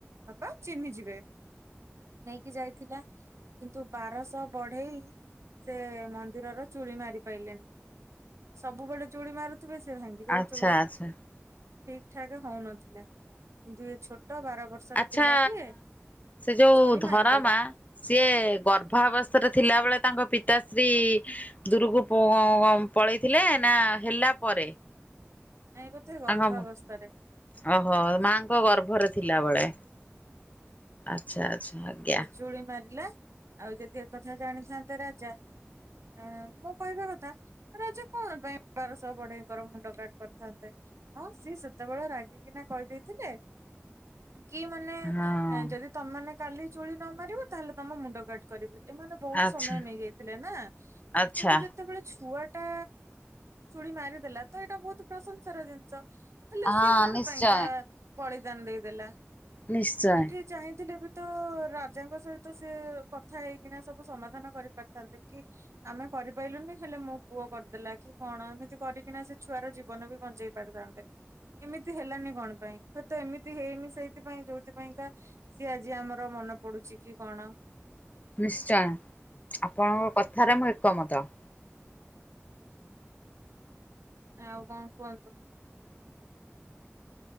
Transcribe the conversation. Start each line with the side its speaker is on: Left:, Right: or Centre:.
Right: ବାପା ଚିହ୍ନିଯିବେ। ନେଇକି ଯାଇଥିଲା। କିନ୍ତୁ ବାରଶହ ବଢେଇ ସେ ମନ୍ଦିରର ଚୁଳି ମାରି ପାଇଲେନି। ସବୁବେଳେ ଚୁଳି ମାରୁଥିବେ ସେ ଭାଙ୍ଗି ଯାଉଥିବ
Left: ଆଚ୍ଛା
Right: ଠିକ
Left: ଆଚ୍ଛା
Right: ଠାକ ହଉନଥିଲା। କିନ୍ତୁ ଇଏ ଛୋଟ ବାର ବର୍ଷର
Left: ଆଚ୍ଛା
Right: ପିଲାଟିଏ
Left: ସେ ଯୋଉ
Right: ଚୁଳି
Left: ଧରମା
Right: ମାରିଦେଲା।
Left: ସିଏ ଗର୍ଭ ଅବସ୍ଥାରେ ଥିଲା ବେଳେ ତାଙ୍କ ପିତାଶ୍ରୀ ଦୂରକୁ ପ ଅ ପଳେଇଥିଲେ ନା ହେଲା ପରେ?
Right: ନାଇଁ ବୋଧେ ଗର୍ଭା
Left: ତାଙ୍କ
Right: ଅବସ୍ଥାରେ।
Left: ଓହୋ ମାଙ୍କ ଗର୍ଭରେ ଥିଲାବେେଳେ ଆଛା ଆଚ୍ଛା ଆଜ୍ଞା।
Right: ତୁଳି ମାରିଲା ଆଉ ଯଦି ଏକଥା ଜାଣିଥାନ୍ତେ ରାଜା ଆ ମୁଁ କହିବା କଥା ରାଜା କଣ ପାଇଁ ବାରଶହ ବଢେଇଙ୍କର ମୁଣ୍ଡ କାଟ କରିଥାନ୍ତେ? ହଁ ସିଏ ସେତେବେଳେ ରାଗିକିନା କହିଦେଇଥିଲେ କି ମାନେ
Left: ହଁ
Right: ଯଦି ତମେ କାଲି ଚୁଳି ନ ମାରିବ ତାହେଲେ ତମ ମୁଣ୍ଡ କାଟ କରିବି। ଏମାନେ ବହୁତ
Left: ଆଚ୍ଛା
Right: ସମୟ ନେଇଯାଇଥିଲେ ନା
Left: ଆଚ୍ଛା
Right: କିନ୍ତୁ ଯେ ଯେତେବେଳେ ଛୁଆ ଟା ଚୁଳି ମାରିଦେଲା ତ ଏଇଟା ବହୁତ ପ୍ରଶଂସାର ଜିନିଷ। ହେଲେ
Left: ହଁ
Right: ସିଏ କଣ
Left: ନିଶ୍ଚୟ।
Right: ପାଇଁକା ବଳିଦାନ ଦେଇଦେଲା?
Left: ନିଶ୍ଚୟ
Right: ଏଠି ଚାହିଁଥିଲେ ବି ତ ରାଜାଙ୍କ ସହିତ ସେ କଥା ହେଇକିନା ସବୁ ସମାଧାନ କରିପାରିଥାନ୍ତେ କି ଆମେ କରିପାଆଇଲୁନି ହେଲେ ମୋ ପୁଅ କରିଦେଲା କି କଣ ଏମିତି କରିକିନା ସେ ଛୁର ଜୀବନ ବି ବଞ୍ଚେଇ ପରିଥାନ୍ତେ ଏମିତି ହେଲାନି କଣ ପାଇଁ? ହୁଏତ ଏମିତି ହେଇନି ସେଇଥିପାଇଁ ଯୋଉଥିପାଇଁକା ସିଏ ଆଜି ଆମର ମନେ ପଡୁଛି କି କଣ?
Left: ନିଶ୍ଚୟ ଆପଣଙ୍କ କଥାରେ ମୁଁ ଏକମତ।
Right: ଆଉ କଣ କୁହନ୍ତୁ?